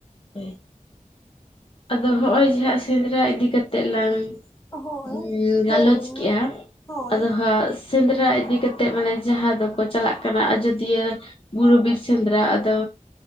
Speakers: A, on the left; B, on the left.
A: ᱾ ᱟᱫᱚ ᱦᱚᱜ ᱚᱭ ᱡᱟᱦᱟ ᱥᱮᱸᱫᱽᱨᱟ ᱤᱫᱤ ᱠᱟᱛᱮᱜ ᱞᱟᱝ
B: ᱦᱳᱭ
A: ᱦᱩᱸ ᱜᱟᱞᱚᱪ
B: ᱞᱟᱹᱭ ᱵᱤᱱ
A: ᱠᱮᱜᱼᱟ,
B: ᱢᱟ ᱦᱳᱭ
A: ᱟᱫᱚ ᱦᱟᱸᱜ ᱥᱮᱸᱫᱽᱨᱟ ᱤᱫᱤ ᱠᱟᱛᱮᱫ ᱢᱟᱱᱮ ᱡᱟᱦᱟᱸ ᱫᱚᱠᱚ ᱪᱟᱞᱟᱜ ᱠᱟᱱᱟ ᱟᱡᱳᱫᱤᱭᱟᱹ, ᱵᱩᱨᱩ ᱵᱤᱨ ᱥᱮᱫᱽᱨᱟ ᱟᱫᱚ